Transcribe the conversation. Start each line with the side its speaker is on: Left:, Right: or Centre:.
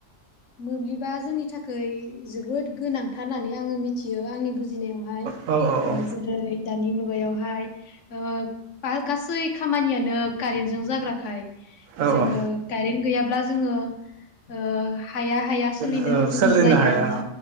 Left: मोब्लिबा जोंनि थाखाय जोबोद गोनांथार होननानै आंङो मिथियो आंनि बुजि जिनायावहाय
Right: औ औ
Left: जेरै दानि मुगायाव हाय ओ गासै खामानियानो कारेन्टजों जाग्राखाय
Right: औ
Left: जोङो
Right: औ
Left: कारेन्ट गैयाब्ला जोङो ओ हाया हाया सोलिनो
Right: औ
Left: जोङो
Right: सोलिनो
Left: जायो
Right: हाया
Left: आरो ना
Right: औ